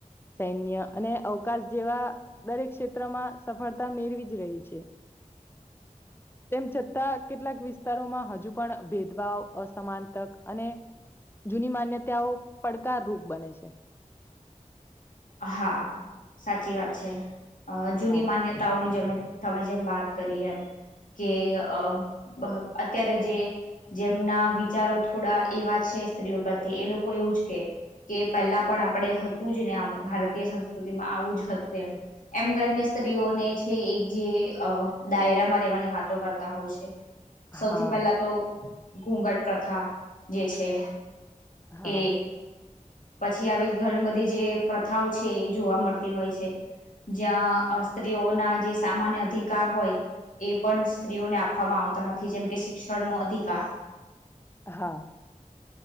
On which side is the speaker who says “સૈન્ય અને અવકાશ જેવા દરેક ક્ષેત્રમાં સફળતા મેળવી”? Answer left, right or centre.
Left